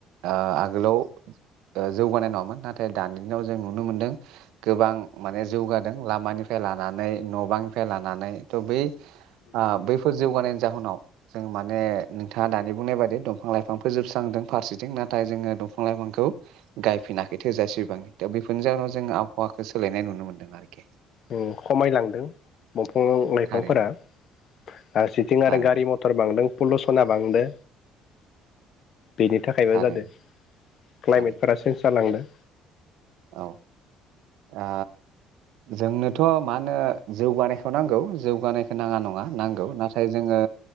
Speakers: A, on the right (about 75°); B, on the left (about 40°).
A: ओ आगोलाव ओ जौगानाय नङामोन नाथाय दानि दिनाव जों नुनो मोनदों। गोबां माने जौगादों लामानि फाय लानानै न' बां फाय लानानै । नानै थ' बै ओ बैफोर जौगानाय जाहोनाव जों माने नोंथांङा दानि बुंनाय बादि दं। दंफां लाइफां फोजोबस्रांदों फारसेथिं नाथाय जोंङो दंफां लाइफांखौ गायफिना । बे थोजासिबां दा बेफोरनि जाउनाव जों आबहावाखौ सोलायनाय नुनो मोनदों आरोखि।
B: ओम खमायलांदों। दंफां लाइफांफोरा
A: थारैनो
B: फारसेथिं
A: थारैनो
B: आरो गारि मटर बांदों फल'स'ना बांदो बेनि थाखायबो
A: थारैनो
B: जादों क्लाइमेटफोरा
A: थारैनो
B: चेन्ज जालांदों।
A: औ ओ जोंनोथ' मा होनो जौगानायखौ नांगौ जौ गानायखौ नाङा नङा नांगौ नाथाय जोङो